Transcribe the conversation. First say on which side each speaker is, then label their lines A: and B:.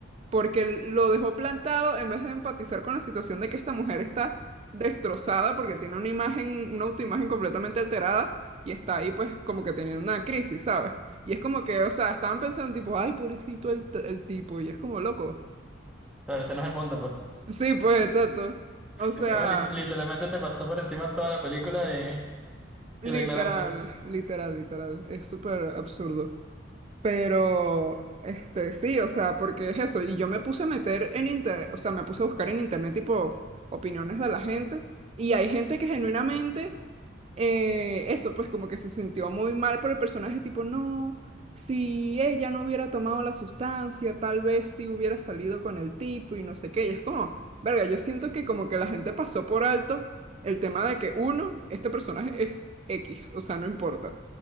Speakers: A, on the right (about 30°); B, in the centre.
A: porque lo dejó plantado en vez de empatizar con la situación de que esta mujer está destrozada porque tiene una imagen, una autoimagen completamente alterada y está ahí pues como que teniendo una crisis, ¿sabes? Y es como que, o sea, estaban pensando tipo, ay, pobrecito el, t- el tipo, y es como loco.
B: Pero ese no es el punto, pues.
A: Sí, pues, exacto.
B: <laughs>
A: O sea,
B: Como lit- literalmente te pasó por encima toda la película y,
A: literal,
B: y la ignoraste.
A: literal, literal, es súper absurdo. Pero, este, sí, o sea, porque es eso. Y yo me puse a meter en internet, o sea, me puse a buscar en internet tipo opiniones de la gente. Y hay gente que genuinamente, eh, eso, pues como que se sintió muy mal por el personaje, tipo, no, si ella no hubiera tomado la sustancia, tal vez sí hubiera salido con el tipo y no sé qué. Y es como, verga, yo siento que como que la gente pasó por alto el tema de que, uno, este personaje es X, o sea, no importa.